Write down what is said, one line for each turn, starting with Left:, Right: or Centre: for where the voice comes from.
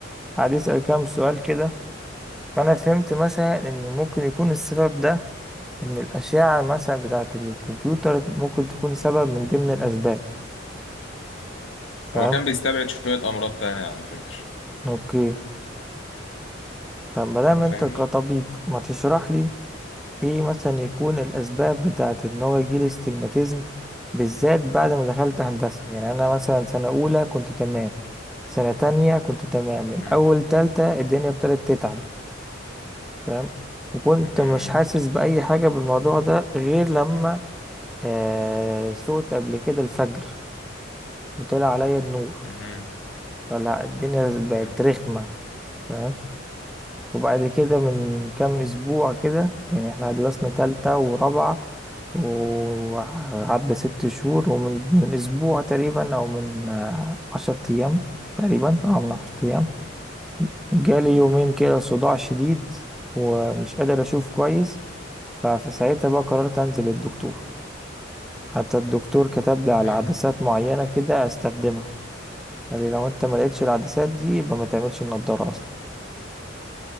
Centre: قعد يسأل كام سؤال كده فانا فهمت مثلا ان ممكن يكون السبب ده ان الاشعة مثلا بتاعة الكمبيوتر ممكن تكون سبب من ضمن الاسباب فاهم
Left: هو كان بيستبعد شوية أمراض تانية على فكرة
Centre: اوكي طب ما دام
Left: أم، فاهمني؟
Centre: انت كطبيب ما تشرح لي ايه مثلا يكون الاسباب بتاعت ان هو يجيلي استجماتيزم بالذات بعد ما دخلت هندسة يعني انا مثلا سنة اولى كنت تمام سنة تانية كنت تمام من
Left: أم،
Centre: اول تالتة الدنيا ابتدت تتعب فاهم وكنت
Left: أم،
Centre: مش حاسس بأي حاجة بالموضوع ده غير لما آه سقت قبل كده الفجر وطلع عليا النور
Left: أم،
Centre: فلا الدنيا بقت
Left: أم،
Centre: رخمة فاهم وبعد كده من كام اسبوع كده يعني احنا خلصنا تالتة ورابعة وعدى ست شهور ومن من اسبوع تقريبا او من آه، عشر ايام تقريبا اه من عشر ايام جالي يومين كده صداع شديد ومش قادر اشوف كويس ففي ساعتها بقى قررت انزل للدكتور حتى الدكتور كتب لي على
Left: أم،
Centre: عدسات
Left: أم.
Centre: معينة كده استخدمها قال لي لو انت ما لقيتش العدسات دي يبقى ما تعملش النضارة اصلا